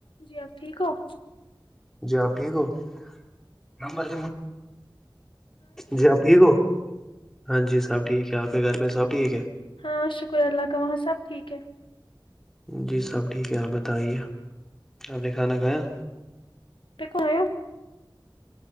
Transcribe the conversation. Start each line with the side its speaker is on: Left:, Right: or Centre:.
Left: جی, آپ ٹھیک ہو-
Centre: جی, آپ ٹھیک ہومب- جی آپ ٹھیک ہو ہاں جی سب ٹھیک ہے آپ کے گھر پہ سب ٹھیک ہے
Left: ہاں شکر اللہ کا وہاں سب ٹھیک ہے-
Centre: جی سب ٹھیک ہے آپ بتائیے آپ نے کھانا کھایا-
Left: پ کوا-